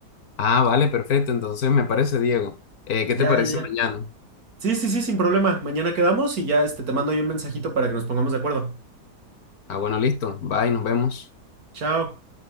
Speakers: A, on the left (about 65°); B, on the right (about 60°).
A: Ah, vale, perfecto. Entonces, me parece, Diego. Eh, ¿qué
B: Ya,
A: te parece
B: ya, ya.
A: mañana?
B: Sí, sí, sí, sin problema. Mañana quedamos y ya, este, te mando ahí un mensajito para que nos pongamos de acuerdo.
A: Ah, bueno, listo. Bye, nos vemos.
B: Chao.